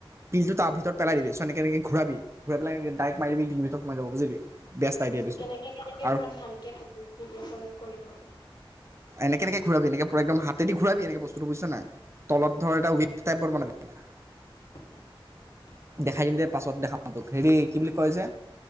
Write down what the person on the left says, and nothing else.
অ
উম,
কেনেকে কেনেকে
ঘূৰাম ভালকে ক ভিডিঅ' কলত কৰি কৰ
<inaudible>